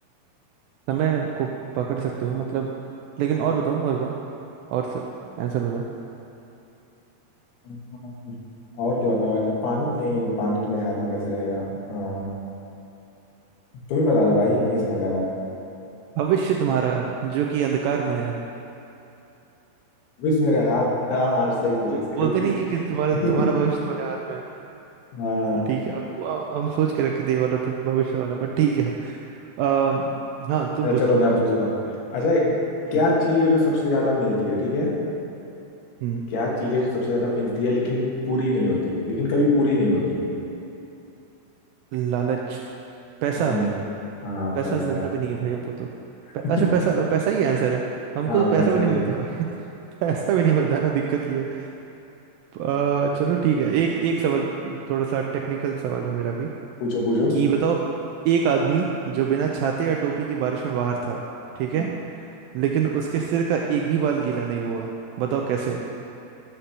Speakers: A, on the right; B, on the left.
A: समय को पकड़ सकते हो मतलब लेकिन और बताओ और बताओ और आंसर बताओ
B: अम्म, और क्या बताऊँ ऐसा पानी नहीं पानी तो मेरे हाथ में कैसे रहेगा अ, तुम ही बता दो भाई नहीं समझ आ रहा
A: भविष्य तुम्हारा जो कि अंधकार में है
B: विष मेरे हाथ हाँ हाँ सही पूछे
A: वो
B: सही
A: बोलते
B: पूछे
A: नहीं है कि तुम्हारा तुम्हारा
B: <laughs>
A: भविष्य तुम्हारे हाथ में है
B: हाँ
A: ठीक है हमको हम सोच के रखे थे ये वाला तो भविष्य वाला बट ठीक है अम्म हाँ तुम
B: अच्छा
A: पूछो
B: चलो
A: तुम
B: मैं
A: पूछो
B: पूछता हूँ अच्छा
A: हम्म
B: क्या चीज़ है जो सबसे ज्यादा मिलती है ठीक है
A: हम्म
B: क्या चीज़ है जो सबसे ज्यादा मिलती है लेकिन पूरी नहीं होती लेकिन कभी पूरी नहीं होती
A: लालच पैसा
B: नहीं हाँ
A: पैसा
B: पैसा
A: मिलता भी नहीं है भाई हमको तो
B: <laughs>
A: पै, अच्छा पैसा पैसा ही आंसर है हमको
B: हाँ
A: तो पैसा
B: पैसा
A: भी
B: ही
A: नहीं
B: है
A: मिलता है भाई <laughs> पैसा भी नहीं मिलता है ना दिक्कत ये है अ, चलो ठीक है एक एक सवाल थोड़ा सा टेक्निकल सवाल है मेरा भी
B: पूछो पूछो
A: कि बताओ एक आदमी जो बिना छाते या टोपी के बारिश में बाहर था ठीक है
B: हाँ,
A: लेकिन उसके सिर का एक भी बाल गीला नहीं हुआ बताओ कैसे